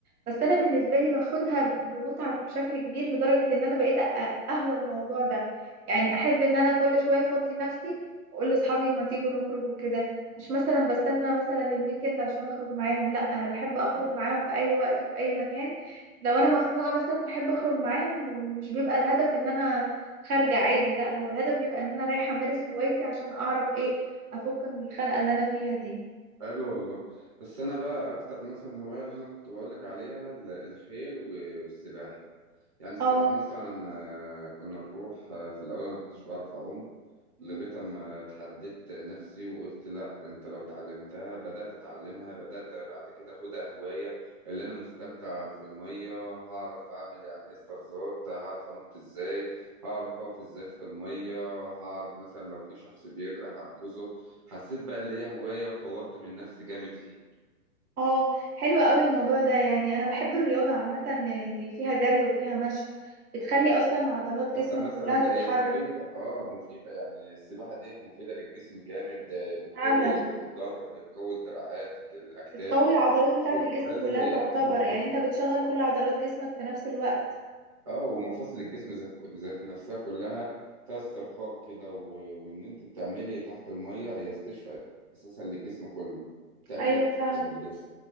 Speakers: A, on the right; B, on the right.
A: بس أنا بالنسبة لي باخدها بمتعة بشكل كبير لدرجة إن أنا بقيت أ- أهوى الموضوع ده يعني أحب إن أنا كل شوية أفضي نفسي وأقول لأصحابي ما تيجوا نخرج وكده مش مثلا بستنى مثلا الويكند عشان اخرج معاهم لا انا بحب اخرج معاهم في اي وقت وفي اي مكان لو انا مخنوقة مثلا احب اخرج معاهم ومش بيبقى الهدف ان انا خارجة عادي لا هو الهدف بيبقى ان انا رايحة امارس هوايتي عشان اعرف ايه افك من الخنقة اللي انا فيها دي
B: حلو والله بس انا بقى اكتر مثلا هوايه اللي انا كنت بقول لك عليها ال- الخيل و- والسباحه يعني السباحه
A: اه
B: مثلا آه، كنا نروح آه، في الاول انا ما كنتش بعرف اعوم
A: مم.
B: لغاية أما اتحددت نفسي وقلت لأ أنت لو اتعلمتها بدأت أتعلمها بدأت بعد كده أخدها هواية اللي أنا مستمتع في المية هعرف أعمل يعني إيه استرزات هعرف أنط إزاي هعرف أقف إزاي في المية هعرف مثلا لو في شخص بيغرق هنقذه حسيت بقى اللي هي هواية وطورت من نفسي جامد فيها
A: اه حلو قوي الموضوع ده يعني انا بحب الرياضة عامة اللي فيها جري وفيها مشي بتخلي اصلا عضلات
B: حتى
A: جسمك
B: مثلا
A: كلها تتحرك
B: هي مفيدة اه مفيدة يعني السباحة ديت مفيدة للجسم جامد آه، بتقوي
A: فعلا
B: الظهر بتقوي الدراعات الك- الأكتاف
A: بتقوي العضلات بتاعة
B: بتخلي
A: الجسم كلها تعتبر
B: المفاصل
A: يعني انت بتشغل كل عضلات جسمك في نفس الوقت
B: اه ومفاصل الجسم ذات ذات نفسها كلها فيها استرخاء كده و... وان انت تعملي تحت المية هي استشفاء اساسا للجسم كله تعملي
A: ايوه
B: ريكفري
A: فعلا
B: للجسم